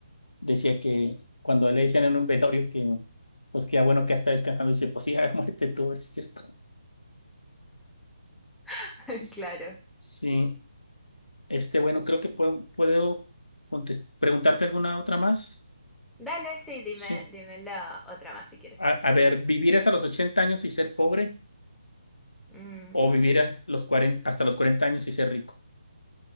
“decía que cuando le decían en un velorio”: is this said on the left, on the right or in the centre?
Left